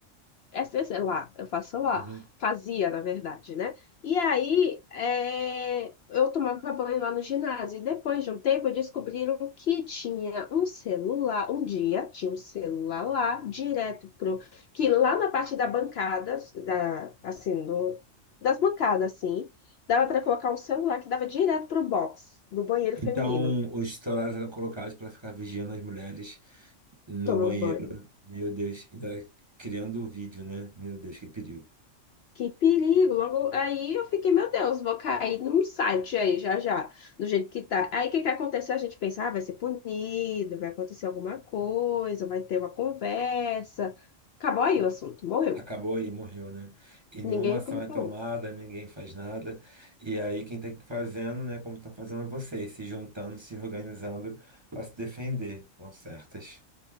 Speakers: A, on the left; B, on the right.
A: é, sei sei lá, eu faço lá.
B: Uhum.
A: Fazia, na verdade, né? E aí, é, eu tomava banho lá no ginásio. E depois de um tempo, descobriram que tinha um celular. Um dia, tinha um celular lá, direto pro... Que lá na parte da bancada, da, assim, do, das bancadas, assim, dava para colocar um celular que dava direto pro box do banheiro feminino,
B: Então, os celulares eram colocados para ficar vigiando as mulheres no
A: tomando
B: banheiro.
A: banho.
B: Meu Deus, ainda criando o vídeo, né? Meu Deus, que perigo.
A: Que perigo! Logo aí eu fiquei, meu Deus, vou cair num site aí já já, do jeito que tá. Aí o que que aconteceu? A gente pensa, ah, vai ser punido, vai acontecer alguma coisa, vai ter uma conversa. Acabou aí o assunto, morreu.
B: Acabou aí, morreu, né? E nenhuma
A: Ninguém
B: ação
A: nunca me
B: é
A: falou.
B: tomada, ninguém faz nada. E aí, quem tem que ir fazendo, né? Como estão fazendo é vocês, se juntando, se organizando para se defender. Estão certas.